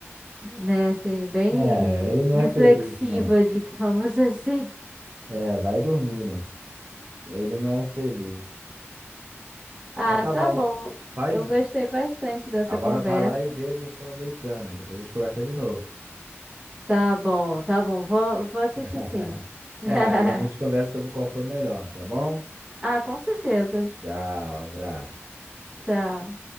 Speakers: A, on the right; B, on the right.
A: né? Assim, bem
B: É, ele não
A: reflexiva,
B: é feliz, né?
A: digamos <laughs> assim.
B: É, vai dormir, né? Ele não é feliz.
A: Ah,
B: Mas tá
A: tá
B: bom.
A: bom.
B: Vai,
A: Eu gostei bastante dessa
B: agora
A: conversa.
B: vai lá e vê a versão americana. Depois a gente conversa de novo.
A: Tá bom, tá bom. Vou, vou assistir,
B: <laughs>
A: sim. <laughs>
B: É, aí a gente conversa sobre qual foi melhor, tá bom?
A: Ah, com certeza.
B: Tchau, abraço.
A: Tchau.